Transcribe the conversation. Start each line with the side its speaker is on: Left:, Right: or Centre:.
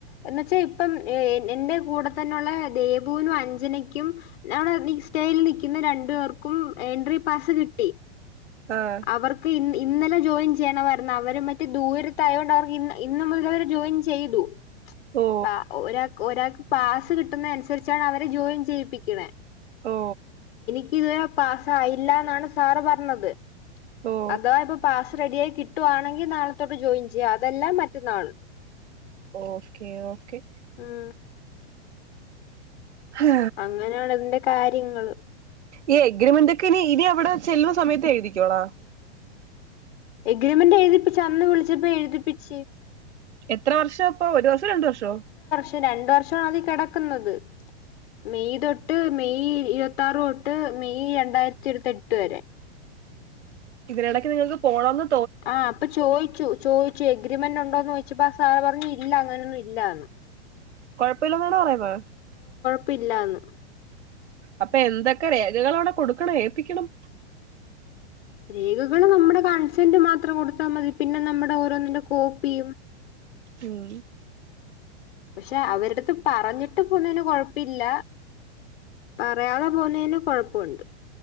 Left: എന്ന് വച്ചാ ഇപ്പം എ എന്റെ കൂടെ തന്നെള്ള ദേവുനും അഞ്ജനയ്ക്കും നടെ നിസ്റ്റേൽ നിക്കുന്ന രണ്ടു പേർക്കും എൻട്രി പാസ് കിട്ടി പച്
Right: ആഹ്
Left: അവർക്ക് ഇ ഇന്നലെ ജോയിൻ ചെയ്യണമായിന്നു അവര് മറ്റെ ദൂരത്ത് ആയോണ്ട് അവർക്ക് ഇ ഇന്ന് മുല്ലവര് ജോയിൻ ചെയ്തു ച്ച്
Right: ഓ
Left: പാ ഒ ഒരാ ഒരാക്ക് പാസ് കിട്ടുന്നേ അനുസരിച്ചാണ് അവരെ ജോയിൻ ചെയ്യിപ്പിക്കണെ
Right: ഓ
Left: ക്ക് ഇതുവരെ പാസയില്ലന്നാണ് സാറ് പറഞ്ഞത്
Right: ഓ
Left: അതാ ഇപ്പൊ പാസ് റെഡി ആയി കിട്ടുവാണെങ്കി നാളത്തൊട്ട് ജോയിൻ ചെയ്യാം അതെല്ലാ മറ്റന്നാൾ
Right: ഓക്കെ ഓക്കെ
Left: ഉം
Right: ആ
Left: അങ്ങനെയാണ് ഇതിന്റെ കാര്യങ്ങള്
Right: ഈ എഗ്രിമെന്റൊക്കെ ഇനി ഇനി എവിടെ ചെല്ലുന്ന സമയത്ത് എഴുതിക്കോളാം
Left: എഗ്രിമെന്റ് എഴുതിപ്പിച്ച് അന്ന് വിളിച്ചപ്പോ എഴുതിപ്പിച്ച്
Right: എത്ര വർഷാ ഇപ്പോ ഒരു വർഷോ രണ്ടു വർഷോ
Left: പക്ഷെ രണ്ട് വർഷമാണ് അതിൽ കെടക്കുന്നത്. മെയ് തൊട്ട് മെയ് ഇരുപത്തിയാറ് തൊട്ട് മെയ് രണ്ടായിരത്തി ഇരുപത്തി എട്ട് വരെ
Right: ഇതിനിടയ്ക്ക് നിങ്ങൾക്ക് പോണോന്ന്
Left: ആ അപ്പൊ ചോയിച്ചു ചോയി ച്ച് എഗ്രിമെന്റ് ഉണ്ടോന്ന് ചോദിച്ചപ്പോ ആ സാറ് പറഞ്ഞ് ഇല്ല അങ്ങനൊന്നും ഇല്ലാന്ന്
Right: കൊഴപ്പമില്ലന്നാണോ പറയുന്നത്
Left: യില്ലാന്ന്
Right: അപ്പൊ എന്തൊക്കെ രേഖകൾ അവിടെ കൊടുക്കണം ഏപ്പിക്കണം
Left: രേഖകള് നമ്മുടെ കൺസെന്റ് മാത്രം കൊടുത്താൽ മതി പിന്നെ നമ്മുടെ ഓരോന്നിന്റെ കോപ്പിയും
Right: ഉം
Left: പക്ഷെ അവരടുത്ത് പറഞ്ഞിട്ട് പോന്നതിന് കൊഴപ്പില്ല പറയാതെ പോന്നതിന് കൊഴപ്പവുണ്ട്